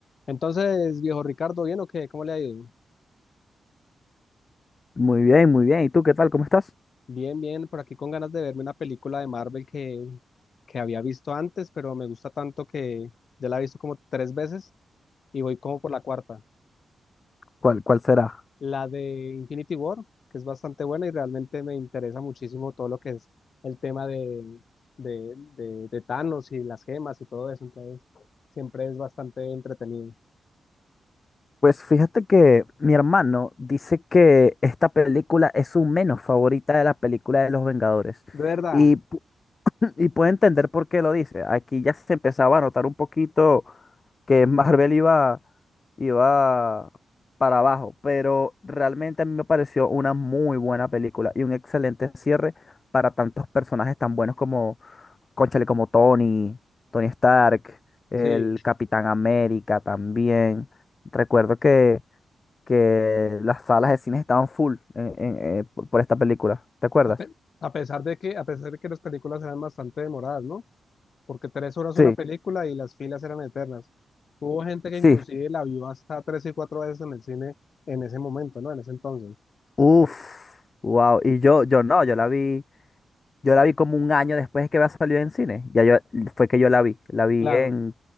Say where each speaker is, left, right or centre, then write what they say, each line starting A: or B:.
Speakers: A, on the left; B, on the left.
A: Entonces, viejo Ricardo, ¿bien o qué? ¿Cómo le ha ido?
B: Muy bien, muy bien. ¿Y tú qué tal? ¿Cómo estás?
A: Bien, bien, por aquí con ganas de verme una película de Marvel que, que había visto antes, pero me gusta tanto que ya la he visto como tres veces y voy como por la cuarta.
B: ¿Cuál, cuál será?
A: La de Infinity War, que es bastante buena y realmente me interesa muchísimo todo lo que es el tema de, de, de, de Thanos y las gemas y todo eso, entonces siempre es bastante entretenido.
B: Pues fíjate que mi hermano dice que esta película es su menos favorita de la película de los Vengadores.
A: De verdad,
B: Y, pu- <laughs> y puedo entender por qué lo dice. Aquí ya se empezaba a notar un poquito que Marvel iba, iba para abajo, pero realmente a mí me pareció una muy buena película y un excelente cierre para tantos personajes tan buenos como Cónchale, como Tony, Tony Stark, el
A: sí.
B: Capitán América también. Recuerdo que, que las salas de cine estaban full en- en- eh, por por esta película. ¿Te acuerdas?
A: A, pe- a pesar de que, a pesar de que las películas eran bastante demoradas, ¿no? porque tres horas
B: Sí,
A: una película y las filas eran eternas. Hubo gente que
B: sí.
A: inclusive la vio hasta tres y cuatro veces en el cine en ese momento, ¿no? En ese entonces.
B: Uf, wow. Y yo, yo no, yo la vi, yo la vi como un año después de que había salido en cine. Ya yo, fue que yo la vi, la vi
A: Claro,
B: en,